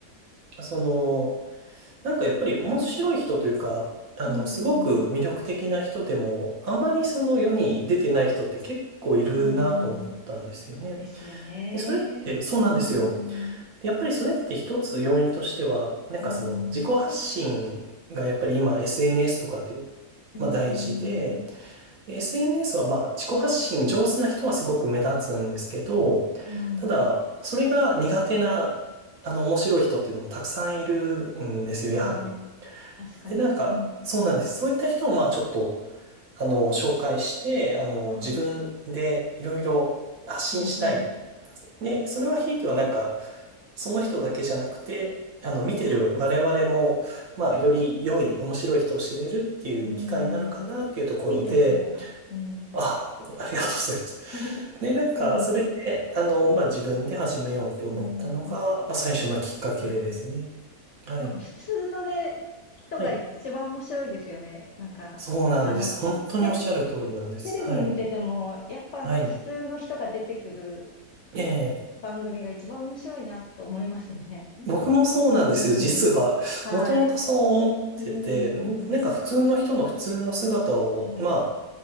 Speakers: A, on the right (about 60°); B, on the left (about 60°).
A: その、なんかやっぱり面白い人というか、あの、
B: うん。
A: すごく魅力的な人でも、あまりその世に出てない人って結構いるなと思ったんですよね。
B: うん。ですよね。
A: で、それってそうなんですよ。
B: うーん、う
A: でやっぱりそれって一つ要因としては、なんかその自己発信がやっぱり今
B: ーん、
A: SNS とかで、
B: うーん、
A: まあ大事で、で、SNS はまあ自己発信上手な人はすごく目立つんですけど、
B: うん。
A: ただ、それが苦手な、あの面白い人っていうのもたくさんいるんですよ、
B: ああ、
A: やはり。
B: 確かに。
A: で、なんか、
B: うん。
A: そうなんです。そういった人を、まあ、ちょっと、あの、紹介して、あの、
B: ああ、
A: 自分でいろいろ発信したい。
B: うん、うん、
A: で、それはひいてはなんか、その人だけじゃなくて、あの、見てる我々も、まあ、より良い、面白い人を知れるっていう機会になるかなっていうところで、
B: うん、うーん。いいですね。うん。
A: あ、ありがとうございます。
B: <laughs>
A: で、なんか、
B: うん、
A: それで、あの、まあ、自分で始めようって思ったのが、
B: うん。
A: まあ、最初のきっかけですね。
B: はい。
A: はい。
B: なんか普通のね、人が一番面白いですよね。
A: はい。
B: なんか、
A: そうなんです。
B: あの、て、
A: 本当におっしゃる通りなんです。
B: て、テレビに出ても、
A: はい。
B: やっぱ普通の人が出てくる
A: はい。ええ。
B: 番組が一番面白いなと思いますね。
A: 僕もそうなんですよ、
B: うん。
A: 実は。
B: はい。
A: もともとそう思ってて、
B: うん。
A: んなんか普通の人の普通の姿を、
B: はい。
A: まあ、